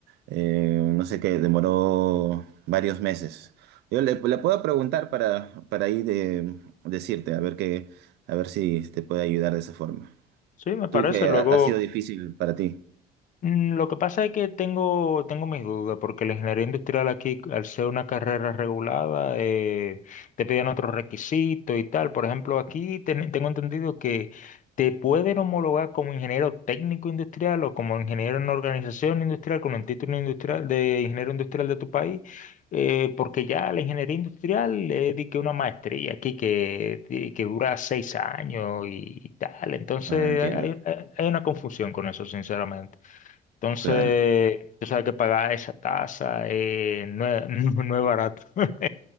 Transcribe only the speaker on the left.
Sí, me parece.
Luego,
Mm, Lo que pasa es que tengo, tengo mis dudas, porque la ingeniería industrial aquí, al ser una carrera regulada, eh, te piden otros requisitos y tal. Por ejemplo, aquí ten- tengo entendido que te pueden homologar como ingeniero técnico industrial o como ingeniero en organización industrial, con el título industrial de ingeniero industrial de tu país, eh, porque ya la ingeniería industrial es di que una maestría aquí que, que que dura seis años y, tal. Entonces
hay hay- hay una confusión con eso, sinceramente. Entonces,
tú sabes que pagar esa tasa eh, no es, <laughs> no no es barato. <laughs>